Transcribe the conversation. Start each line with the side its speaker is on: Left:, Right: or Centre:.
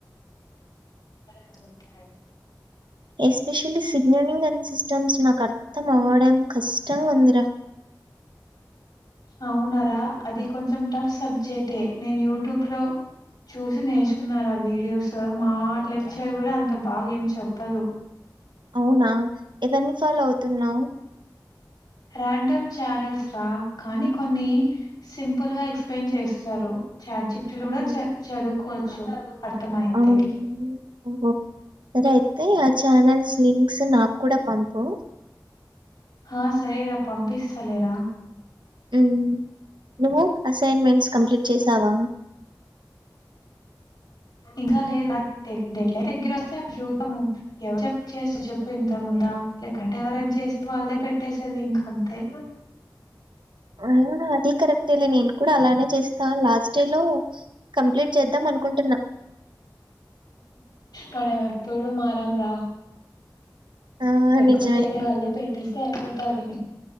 Left: <inaudible>
Right: ఎస్పెషల్లీ సిగ్నలింగ్ అండ్ సిస్టమ్స్ నాకు అర్థం అవ్వడం కష్టంగా ఉందిరా
Left: అవునార అది కొంచెం టఫ్ సబ్జెక్టే నేను యూట్యూబ్ లో చూసి నేర్చుకున్నారా వీడియోస్ మా లెక్చర్ కూడా అంత బాగా ఏం చెప్పదు
Right: అవునా ఎవరిని ఫాలో అవుతున్నావు
Left: రాండమ్ ఛానల్స్ రా కానీ కొన్ని సింపుల్ గా ఎక్స్ప్లెయిన్ చేస్తారు చాట్ జిప్టులు
Right: అవును
Left: కూడా చ చదువుకోవచ్చు అర్థం అయితే
Right: అవును ఓహో సరే అయితే ఆ ఛానల్స్ లింక్స్ నాకు కూడా పంపు
Left: ఆ సరేరా పంపిస్తలేెరా
Right: ఉం నువ్వు అసైన్మెంట్ కంప్లీట్ చేసావా
Left: ఇంకా లేదు యాక్టీ డెడ్ లే దగ్గర వస్తే అప్పుడు చూద్దాం ఎవరు చె చేస్త చెప్పు ఇంతముందా లేకంటే ఎవరైనా చేస్తే వాళ్ళదే పెట్టేసేది ఇంకా అంతే
Right: ఆ! అది కరెక్టేలే నేను కూడా అలానే చేస్తా లాస్ట్ డే లో కంప్లీట్ చేద్దాం అనుకుంటున్నా
Left: మనం ఎప్పుడు మారాం రా
Right: ఆ!
Left: ఎప్పుడు
Right: నిజమే.
Left: వేరే వాళ్ళే పెట్టిస్తే అయిపోతాది